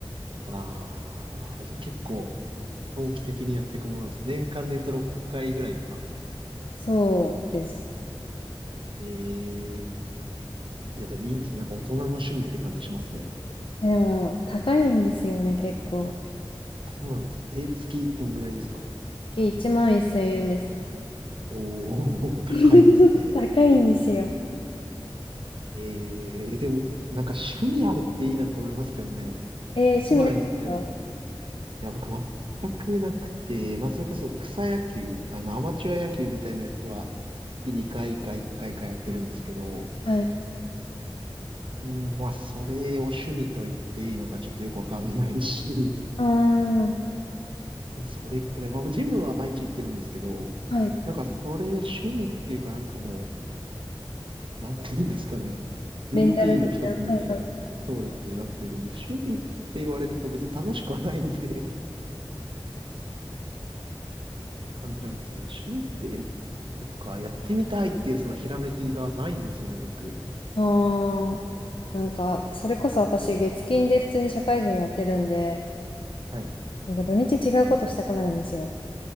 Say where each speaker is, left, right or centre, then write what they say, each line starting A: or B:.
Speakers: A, on the right; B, on the left.
A: わあ、じゃあ結構長期的にやっていくものです。年間で言うと6回ぐらいか。
B: そうです。
A: ええいやでもいいですね。なんか大人の趣味って感じしますね。
B: え、でも、高いんですよね、結構。
A: あ、そうなんですか。え、月どんぐらいですか
B: 月1万1000円です。
A: <laughs> おー、高いですね。
B: <laughs> 高いんですよ。
A: えー、え、でも、なんか趣味あるっていいなって思いますけどね。
B: えー趣味ないですか
A: 今言ってんです、いや、僕全くなくて、まあ、それこそ草野球、あの、アマチュア野球みたいなやつは、月2回か1回かいかやってるんですけど、
B: はい。
A: うん、まあ、それを趣味と言っていいのかちょっとよくわかんないし、
B: ああ、
A: <laughs> それくらい、まあ、ジムは毎日行ってるんですけど、
B: はい。
A: なんかそれ趣味っていうかなんかもう、なんていうんですかね、ルーティーンの一つみたいな、
B: レンタル的な。はいはい。
A: そうですね、なってるんで、趣味って言われると別に楽しくはないんで、感じなんですよね。趣味って、えそっか、やってみたいっていうそのひらめきがないんですよね、僕。
B: ああ、なんか、それこそ私、月金で普通に社会人やってるんで、
A: はい。
B: なんか土日違うことしたくなるんですよ。